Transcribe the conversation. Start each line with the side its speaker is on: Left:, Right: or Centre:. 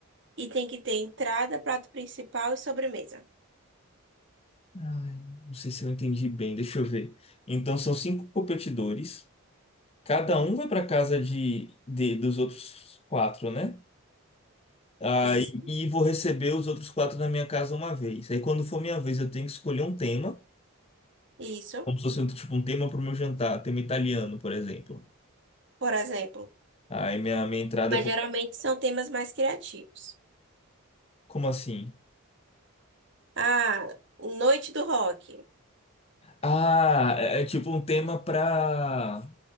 Right: e tem que ter entrada, prato principal e sobremesa.
Left: Ai, não sei se eu entendi bem, deixa eu ver. Então são cinco competidores. Cada um vai para casa de, de- dos outros quatro, né? Ah,
Right: Isso,
Left: E vou receber os outros quatro na minha casa uma vez. Aí quando for minha vez, eu tenho que escolher um tema,
Right: isso,
Left: como se fosse um, tipo um tema para o meu jantar, tema italiano, por exemplo.
Right: por exemplo.
Left: Aí minha, minha entrada.
Right: Mas
Left: é por-
Right: geralmente são temas mais criativos.
Left: Como assim?
Right: Ah, noite do rock.
Left: Ah, é é tipo um tema pra.